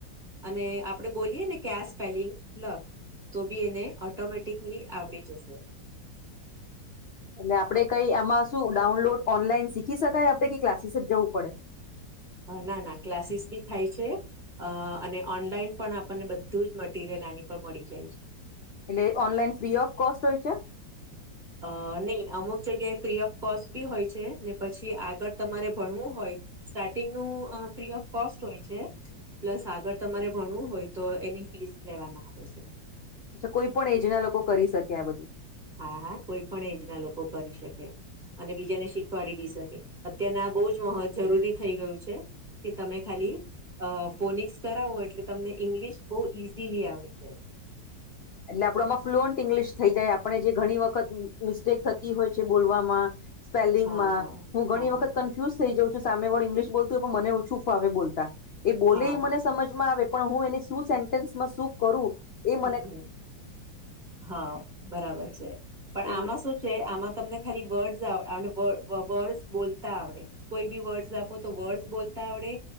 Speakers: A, on the right; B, on the left.
A: અને આપડે બોલીયએ ને કે સ્પેલિંગ તો બી એને ઓટોમેટિકલી આવડી જશે
B: એટલે આપડે કઈ આમાં શું ડાઉનલોડ ઓનલાઈન શીખી શકાય આપડે કે ક્લાસીસ જવું પડે
A: ના ના ક્લાસીસ બી થાય છે અ અને ઓનલાઈન પણ આપણને બધું જ મટરિયલ આની પર મળી જાય છે.
B: એટલે ઓનલાઈન ફ્રી ઓફ કોસ્ટ હોય છે.
A: <inaudible> અ નહી અમુક જગ્યાએ ફ્રી ઓફ કોસ્ટ બી હોય છે ને પછી આગળ તમારે ભણવું હોય. સ્ટાર્ટિંગ ન ફ્રી ઓફ કોસ્ટ હોય છે. પ્લસ આગળ તમારે ભણવું હોય તો એની ફીસ લેવામાં આવે છે.
B: અછા કોઈ પણ એજ ના લોકો કરી શકે આ બધું
A: હા હા કોઈ પણ એજ ના લોકો કરી શકે અને બીજાને શીખવાડી બી શકે અત્યારના આ બહુ જ મહ જરૂરી થઈ ગયું છે. કે તમે ખાલી અ ફોનિકસ કરાવો એટલે તમને ઇંગ્લિશ બહુ ઈઝીલી આવડી જાય.
B: એટલે આપડ આમાં ફ્લુઅન્ટ ઈંગ્લિશ થઈ જાય આપણે જે ઘણી વખત મિસ્ટેક થતી હોય છે બોલવામાં સ્પેલિંગમાં
A: હા હા
B: હું ઘણી
A: હા
B: વખત
A: હા
B: થ સામેળું ઇંગ્લશ બોલતું હોય પણ મને ઓછું ફ આવે બોતા એ બલેલી
A: હા હા
B: મને સમજ સે શ કરું એ મ
A: હમ હા બરાબર છે પણ
B: તો
A: આમાં શું કે આમાં તમને ખાલી વર્ડસ વર્ડસ બોલતા આવડે. કોઈ બી વર્ડસ આપો તો વર્ડસ બોલતા આવડે.